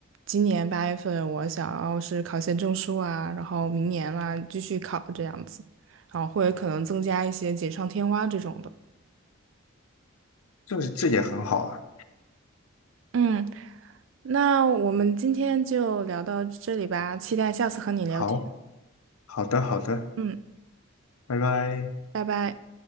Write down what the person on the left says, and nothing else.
这个是这也很好啊。
好，好的，好的，
拜拜。